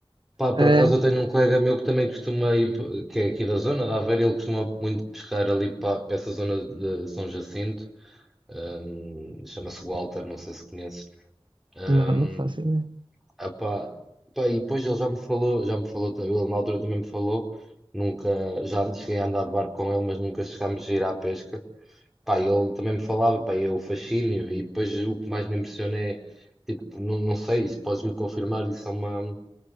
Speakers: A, in the centre; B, on the right.
A: Pá, por
B: É
A: acaso eu tenho um colega meu que também costuma ir, p- que é aqui da zona da Aveiro, ele costuma muito pescar ali para, para essa zona de São Jacinto, hum, chama-se Walter, não sei se conheces. Hum,
B: não, não faço ideia.
A: ah pá, pá, e depois ele já me falou, já me falou, ta- ele na altura também me falou, nunca, já cheguei a andar de barco com ele, mas nunca chegámos a ir à pesca. Pá, e ele também me falava, pá, e é o fascínio, e depois o que mais me impressiona é, tipo, não, não sei, se podes me confirmar, isso é uma.